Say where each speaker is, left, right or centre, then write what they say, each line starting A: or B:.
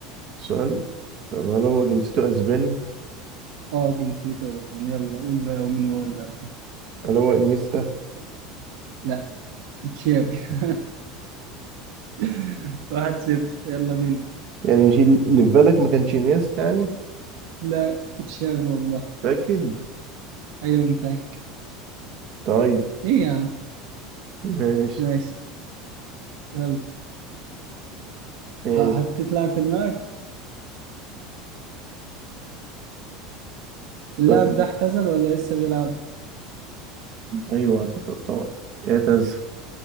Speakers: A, on the right (about 45°); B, on the right (about 65°).
A: سؤال طب هل هو جنسيته اسباني
B: اه جنسيته اسباني يلا قول بقى ومين هو اللي قبله؟
A: هل هو انيستا
B: لا تشافي <laughs> واحد صفر يلا بينا
A: يعني مش اللي في بالك ما كانش انيستا يعني
B: لا تشافي والله
A: متأكد
B: ايوه متأكد
A: طيب
B: ايه يا عم
A: ماشي
B: ماشي يلا
A: ماشي
B: ح- حطيت لاعب في دماغك اللاعب
A: طيب
B: ده اعتزل ولا لسه بيلعب؟
A: ايوه اعتزل طبعا اعتزل